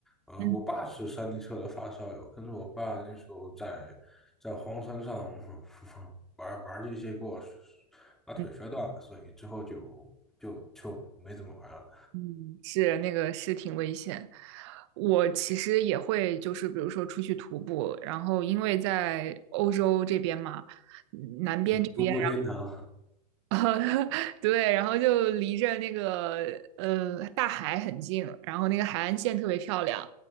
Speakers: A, in the centre; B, on the right.
A: 呃，
B: 嗯
A: 我爸是山地车的发烧友，跟着我爸那时候在在荒山上 <laughs> 玩玩这些，给我把腿摔断了，
B: 嗯
A: 所以之后就就就没怎么玩了。
B: 嗯，是那个是挺危险。我其实也会，就是比如说出去徒步，然后因为在欧洲这边嘛，南边这边。
A: <laughs> 徒步天堂，
B: <laughs> 对，然后就离着那个呃大海很近，然后那个海岸线特别漂亮。